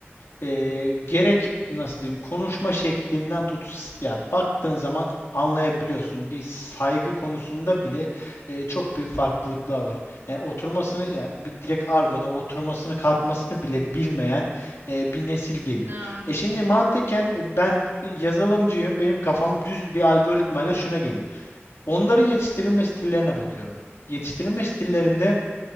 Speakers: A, on the left; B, on the right.
A: e, gerek nasıl diyeyim konuşma şeklinden tut ya baktığın zaman anlayabiliyorsun. Bir saygı konusunda bile e, çok büyük farklılıklar var. Yani
B: Hı hı.
A: oturmasını ya bir direkt argoda oturmasını kalkmasını bile bilmeyen e, bir nesil geliyor.
B: Evet
A: E şimdi mantıken e, ben yazılımcıyım. Benim kafam düz bir algoritmayla şuna geliyor. Onların yetiştirilme stillerine bakıyorum. Yetiştirilme stillerinde